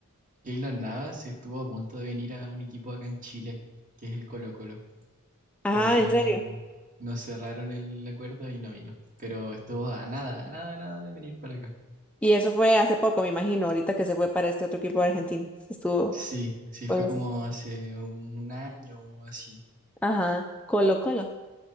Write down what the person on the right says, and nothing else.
Keylor Navas estuvo a punto de venir a un equipo acá en Chile, que es el Colo-Colo.
Pero al final
no, no cerraron el acuerdo y no vino. Pero estuvo a nada, a nada, a nada de venir para acá.
Sí, sí,
fue como
hace un año o así.